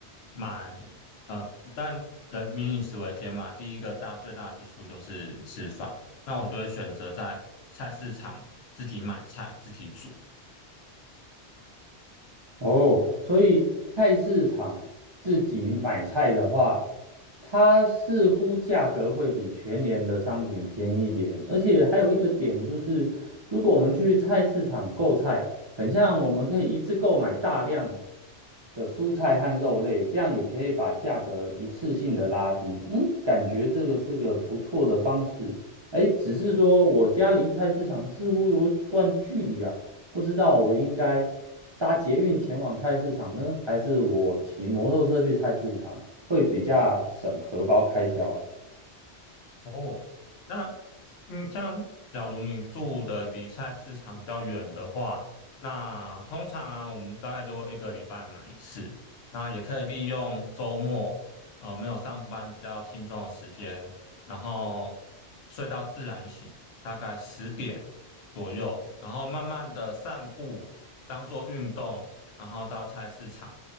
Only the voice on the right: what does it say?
哦，所以菜市场自己买菜的话，它似乎价格会比全联的商品便宜一点，而且还有一个点就是，如果我们去菜市场购菜，很像我们可以一次购买大量的蔬菜和肉类，这样也可以把价格一次性的拉低。嗯，感觉这个是个不错的方式。哎，只是说我家离菜市场似乎有一段距离啊。不知道我应该搭捷运前往菜市场呢，还是我骑摩托车去菜市场，会比较省荷包开销啊